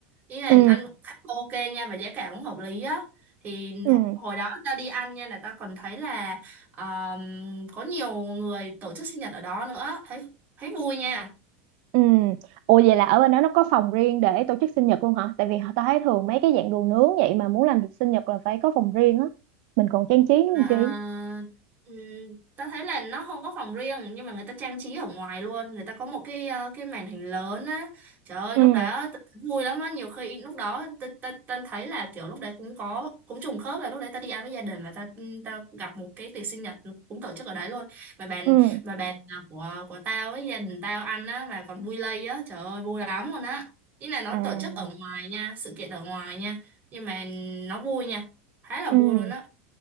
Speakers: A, on the right; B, on the right.
A: ý là
B: ừ
A: ăn khá ok nha và giá cả cũng hợp lý á thì
B: ừ
A: ho- hồi đó tao đi ăn nha là tao còn thấy là Ờm, có nhiều người tổ chức sinh nhật ở đó nữa thấy thấy vui nha
B: ừ ủa vậy là ở bên đó nó có phòng riêng để tổ chức sinh nhật luôn hả tại vì họ- tao thấy thường mấy cái dạng đồ nướng vậy mà muốn làm sinh nhật là phải có phòng riêng á mình còn trang trí nữa
A: à,
B: làm chi
A: ừm, ta thấy là nó không có phòng riêng nhưng mà người ta trang trí ở ngoài luôn người ta có một cái ờ, cái màn hình lớn á trời ơi
B: ừ
A: lúc đó ta- vui lắm á nhiều khi lúc đó ta, ta, ta thấy là kiểu lúc đấy cũng có cũng trùng khớp là lúc đấy ta đi ăn với gia đình và ta ta gặp một cái tiệc sinh nhật cũng tổ chức ở đấy luôn mà bàn
B: ừ
A: mà bàn à, của của tao với gia đình tao ăn á mà còn vui lây á trời ơi vui lắm luôn á ý là nó
B: à
A: tổ chức ở ngoài nha sự kiện ở ngoài nha nhưng mà nó vui nha khá là
B: ừ
A: vui luôn á